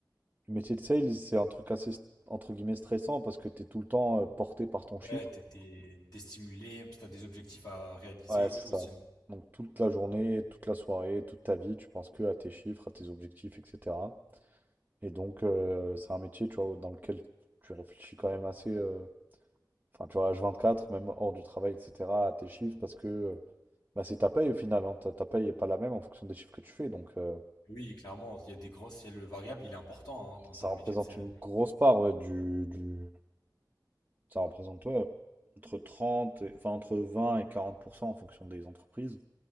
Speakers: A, on the right; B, on the left.
A: le métier de sales, c'est un truc assez, st- entre guillemets, stressant parce que t'es tout le temps euh, porté par ton
B: Ouais,
A: chiffre.
B: t'es t'es- t'es stimulé, puis t'as des objectifs à réaliser
A: Ouais, c'est
B: et tout
A: ça.
B: aussi.
A: Donc toute la journée, toute la soirée, toute ta vie, tu penses que à tes chiffres, à tes objectifs, etc. Et donc, euh, c'est un métier, tu vois, dans lequel tu réfléchis quand même assez... euh, Enfin, tu vois, h quatre même hors du travail, etc., tes chiffres, parce que euh, bah, c'est ta paye au final. hein. Ta, ta paye n'est pas la même en fonction des chiffres que tu fais. Donc, euh,
B: Oui, clairement, il y a des grosses, il y a le variable, il est important hein, en-
A: ça
B: dans le
A: représente
B: métier de sales.
A: une grosse part ouais, du, du- Ça représente ouais, entre trente, et- enfin, entre 20 et 40% en fonction des entreprises.